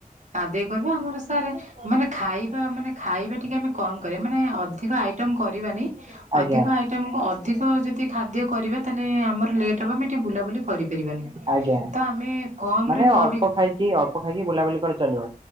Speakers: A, on the right (about 50°); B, on the right (about 35°).
A: ଆଦେ ରହିବୁ ଆମ ଅନୁସାରେ ମାନେ ଖାଇବା ମାନେ ଖାଇବା ଟିକେ ଆମେ କମ୍ କରିବା ମାନେ ଅଧିକ ଆଇଟ ଟମ୍ କରିବାନି
B: ଆଜ୍ଞା
A: ଅଧିକ ଆଇଟମ କୁ ଅଧିକ ଯଦି ଖାଦ୍ୟ କରିବା ତାହେଲେ ଆମର ଲେଟ୍ ହେବ ଟି ବୁଲାବୁଲି କରିପାରିବାନି
B: ଆଜ୍ଞା
A: ତ ଆମେ କମ୍
B: ମାନେ
A: ରେ କରି
B: ଅଳ୍ପ ଖାଇକି ଅଳ୍ପ ଖାଇକି ବୁଲାବୁଲି କରି ଚାଲିବ